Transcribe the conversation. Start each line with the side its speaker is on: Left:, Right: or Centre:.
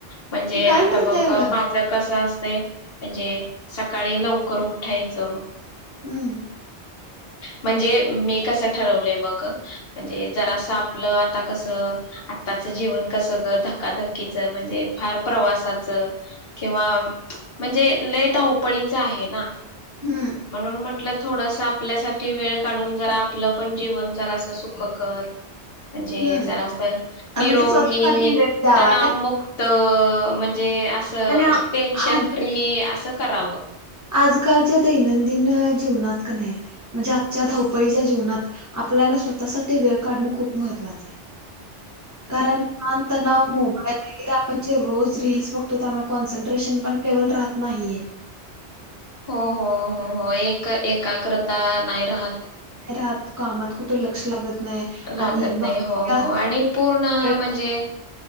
Left: म्हणजे
Right: काय
Left: आता
Right: करताय
Left: बघ
Right: एवढं?
Left: माझं कस अस म्हणजे सकाळी लवकर उठायचं
Right: हम्म.
Left: म्हणजे मी कसं ठरवलंय बग म्हणजे जरासं आपलं आता कसं आताचं जीवन कसं धक्काधकीच म्हणजे फार प्रवासाच किंवा म्हणजे लय धावपळीचं आहे ना
Right: हं.
Left: म्हणून म्हटल थोडासा आपल्यासाठी वेळ काढून जरा आपलं पण जीवन जरा अस सुख कर म्हणजे
Right: हं.
Left: जरा अस
Right: अ,
Left: निरोगी
Right: म्हणजे स्वतःसाठी वेळ द्यावा
Left: तणावमुक्त
Right: काय?
Left: ह म्हणजे असं
Right: आणि आ
Left: टेन्शन
Right: आज
Left: फ्री असं, करावं
Right: आजकालच्या दैनंदिन जीवनात का नाही म्हणजे आजच्या धावपळीच्या जीवनात आपल्याला स्वतःसाठी वेळ काढणं खूप महत्त्वाचं आहे. कारण ताणतणाव मोबाईल वगैरे आपण रोज रिल्स बघतो त्यामुळे कॉन्सनट्रेशन पण लेवल राहत नाही.
Left: हो हो, हो हो एक एक एकाग्रता नाही राहत
Right: राहत कामात कुठ लक्ष लागत नाही
Left: लागत
Right: आणि बाकीच्या
Left: नाही हो हो आणि पूर्ण
Right: सगळे
Left: म्हणजे